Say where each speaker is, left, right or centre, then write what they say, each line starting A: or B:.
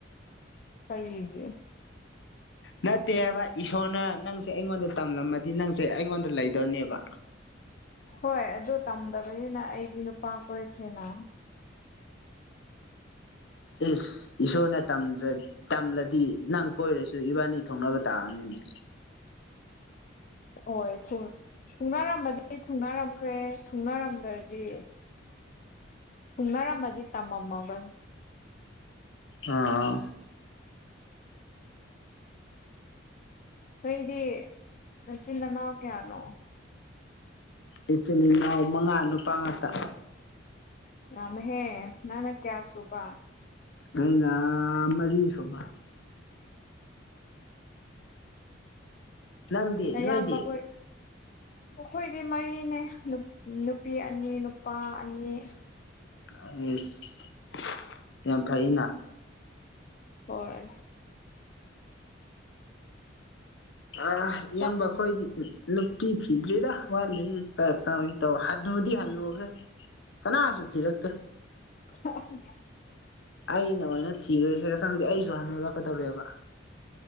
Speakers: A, on the left; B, on the left.
A: ꯀꯔꯤꯒꯤ
B: ꯅꯠꯇꯦꯕ ꯏꯁꯣꯔꯅ ꯅꯪꯁꯦ ꯑꯩꯉꯣꯟꯗ ꯇꯝꯂꯝꯃꯗꯤ ꯅꯪꯁꯦ ꯑꯩꯉꯣꯟꯗ ꯂꯩꯗꯧꯅꯦꯕ
A: ꯍꯣꯏ ꯑꯗꯨ ꯇꯝꯗꯕꯅꯤꯅ ꯑꯩꯗꯤ ꯅꯨꯄꯥ ꯀꯣꯏꯈꯔꯦꯅ
B: ꯏꯁ ꯏꯁꯣꯔꯅ ꯇꯝꯗꯔ꯭ ꯇꯝꯂꯗꯤ ꯅꯪ ꯀꯣꯏꯔꯁꯨ ꯏꯕꯥꯅꯤ ꯊꯨꯡꯅꯕ ꯇꯥꯕꯅꯤꯅꯦ
A: ꯑꯣꯏ ꯊꯨꯡ ꯊꯨꯡꯅꯥꯔꯝꯃꯗꯤ ꯊꯨꯡꯅꯥꯔꯝꯈ꯭ꯔꯦ ꯊꯨꯡꯅꯔꯝꯗ꯭ꯔꯗꯤ ꯊꯨꯡꯅꯔꯝꯃꯗꯤ ꯇꯝꯃꯝꯃꯕꯅꯤ
B: ꯑꯥ
A: ꯅꯣꯏꯗꯤ ꯅꯆꯤꯟ ꯅꯅꯥꯎ ꯀꯌꯥꯅꯣ
B: ꯏꯆꯤꯟ ꯏꯅꯥꯎ ꯃꯉꯥ ꯅꯨꯄꯥ ꯉꯥꯛꯇ
A: ꯌꯥꯝꯃꯦꯍꯦ ꯅꯪꯅ ꯀꯌꯥ ꯁꯨꯕ
B: ꯑꯩꯅ ꯃꯔꯤ ꯁꯨꯕ ꯅꯪꯗꯤ
A: ꯅꯌꯥꯝꯕ
B: ꯅꯣꯏꯗꯤ
A: ꯈꯣꯏ ꯑꯈꯣꯏꯗꯤ ꯃꯔꯤꯅꯦ ꯅꯨꯄꯤ ꯑꯅꯤ ꯅꯨꯄꯥ ꯑꯅꯤ
B: ꯑꯦꯁ ꯌꯥꯝ ꯐꯩꯅ
A: ꯍꯣꯏ
B: ꯑꯥ ꯏꯌꯥꯝꯕꯈꯣꯏꯗꯤ
A: ꯆꯞ
B: ꯅꯨꯞ ꯄꯤ ꯊꯤꯗꯔ꯭ꯤꯗ ꯋꯥꯠꯂꯤ <unintelligible> ꯍꯅꯨꯗꯤ ꯍꯅꯨꯒꯔ꯭ꯦ ꯀꯅꯥꯁꯨ ꯊꯤꯔꯛꯇꯦ
A: <unintelligible>
B: ꯑꯩꯅ ꯑꯣꯏꯅ ꯊꯤꯔꯁꯤꯔ ꯈꯪꯗꯦ ꯑꯩꯁꯨ ꯍꯥꯅꯨꯔꯛꯀꯗꯧꯔꯦꯕ